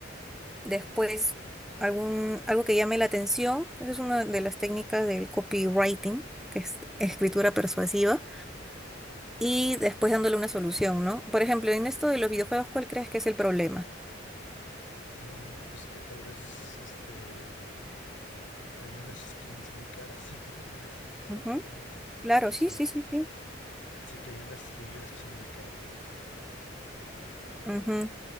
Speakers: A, in the centre; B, on the left.
A: después algún, algo que llame la atención. Esa es una de las técnicas del copywriting, que es escritura persuasiva y después dándole una solución, ¿no? Por ejemplo, en esto de los videojuegos, ¿cuál crees que es el problema?
B: Mm, pues que tal vez este hay unas skins muy caras. <laughs> No sé si eso sea
A: Ujú,
B: un problema.
A: Claro,
B: solu-
A: sí, sí, sí, sí.
B: Sí, que hay unas que hay unas que son muy caras, pues.
A: Ujú.